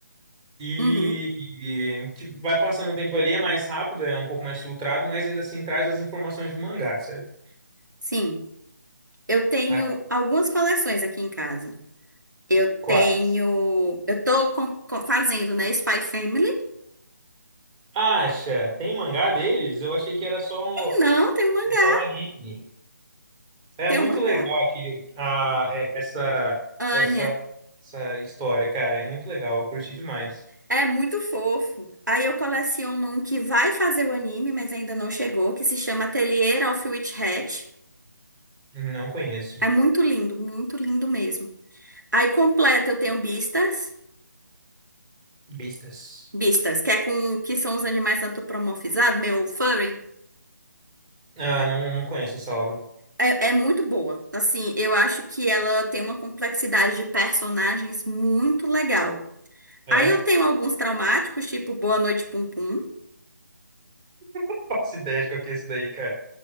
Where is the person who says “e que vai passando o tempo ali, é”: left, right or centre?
Right